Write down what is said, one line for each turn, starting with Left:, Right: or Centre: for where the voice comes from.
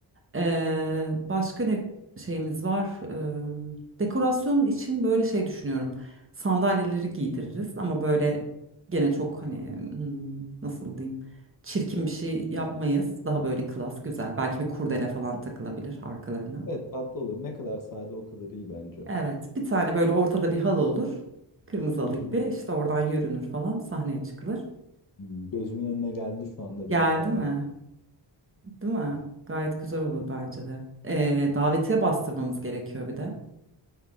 Right: Ee, başka ne şeyimiz var? Ee, dekorasyon için böyle şey düşünüyorum. Sandalyeleri giydiririz ama böyle gene çok hani hmm, nasıl diyeyim? Çirkin bir şey yapmayız. Daha böyle klas, güzel. Belki bir kurdele falan takılabilir arkalarına.
Left: Evet tatlı olur. Ne kadar sade o kadar iyi bence.
Right: Evet, bir tane böyle ortada bir halı olur. Kırmızı halı
Left: Hı hı.
Right: gibi işte oradan yürünür falan sahneye çıkılır.
Left: Hmm, Gözümün önüne geldi şu anda
Right: Geldi
Left: biraz hayal.
Right: mi? Değil mi? Gayet güzel olur bence de. Ee, davetiye bastırmamız gerekiyor bir de.